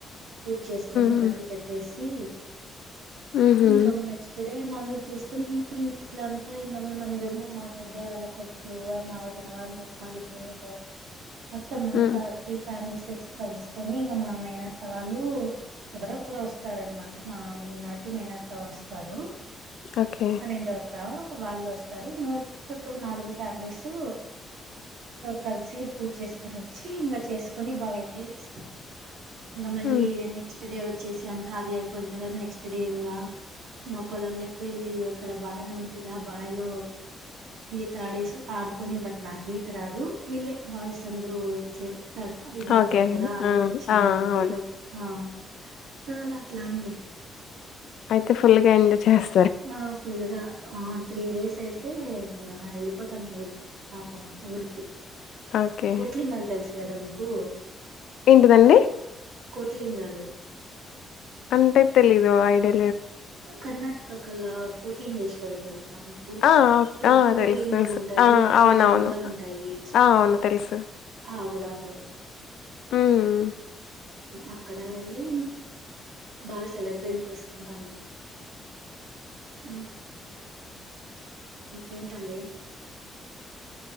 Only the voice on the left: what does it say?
హ్మ్.
హుహు.
హ్మ్.
ఓకే.
హ్మ్.
ఓకే.
ఆ!
ఆ!
అవును.
అయితే ఫుల్గా ఎంజాయ్ చేస్
ఓకే.
ఏంటిదండి
అంటే తెలీదు ఐడి
ఆ!
ఆ!
తెలుసు. తెలుసు.
ఆ! అవునవును.
ఆ! అవును. తెలుసు.
హ్మ్.